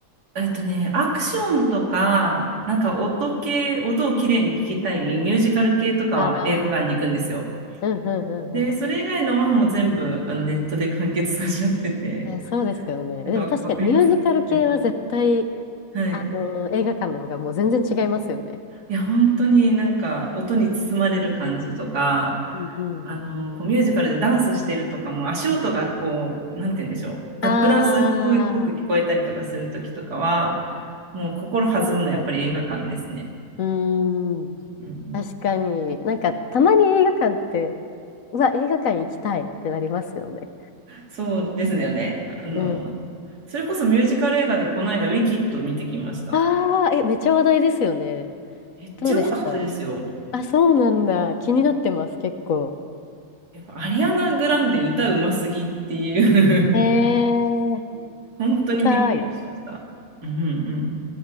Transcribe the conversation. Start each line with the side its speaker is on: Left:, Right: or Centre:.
Right: えっとね、アクションとか、なんか音系、音をきれいに聞きたいミュージカル系とかは映画館に行くんですよ。
Left: ああー、うんうんうんう
Right: で、それ以外のはもう全部あのネットで完結させちゃってて、
Left: ん。いや、そうですよね。でも確かにミュージカル系は絶対、
Right: なんかわかりますはい。はい
Left: あの、映画館の方がもう全然違いますよね。
Right: いや、本当になんか音に包まれる感じとか、
Left: うんうん。
Right: あの、こうミュージカルでダンスしてるとかも足音がこう、なんて言うんでしょう、タップダンスっぽく聞こえたりとかするときとかは、
Left: ああ、
Right: もう心弾むのはやっぱり映画館ですね。
Left: 確かにうーん。
Right: うんうん
Left: 確かに。なんか、たまに映画館って、うわ、映画館行きたいってなりますよね。
Right: そうですよね。あの、
Left: うん。
Right: それこそミュージカル映画でこの間ウィキッド見てきました。
Left: ああ、え、めっちゃ話題ですよね。
Right: めっちゃ良かったですよ。
Left: どうでしたあ、そうなんだ。気になってます、結構。
Right: やっぱアリアナ・グランデ歌うますぎっていう
Left: えー、行
Right: <laughs> 本当にびっくりしました。
Left: きたい。
Right: うんうん。